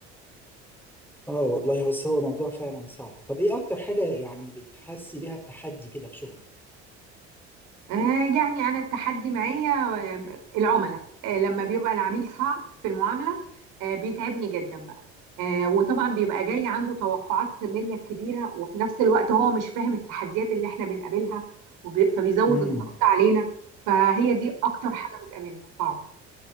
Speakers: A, in the centre; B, on the right.
A: اه والله بس هو موضوع فعلا صعب طب ايه اكتر حاجة يعني بتحسي بيها بتحدي كده في شغلك
B: آه، يعني أنا التحدي معايا آه، العملاء آه، لما بيبقى العميل صعب في المعاملة آه، بيتعبني جدا بقى آه، وطبعا بيبقى جاي عنده توقعات منك كبيرة وفي نفس الوقت هو مش فاهم التحديات اللي احنا بنقابلها وبي- فبيزود
A: امم
B: الضغط علينا فهي دي أكتر حاجة بتقابلنا صعبة